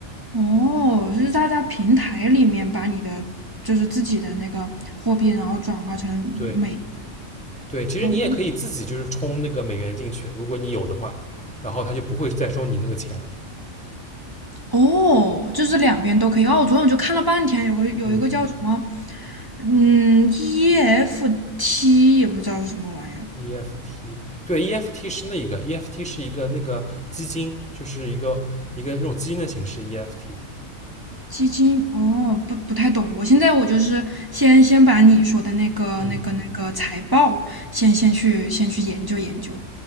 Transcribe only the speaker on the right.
哦，是在在平台里面把你的就是自己的那个货币，然后转化成美元
哦，
哦，就是两边都可以。哦，我昨天我就看了半天，有个有一个叫什么，
嗯，EFT 也不知道是什么玩意儿，
基金。哦，不不太懂。我现在我就是先先把你说的那个那个那个财报先先去先去研究研究。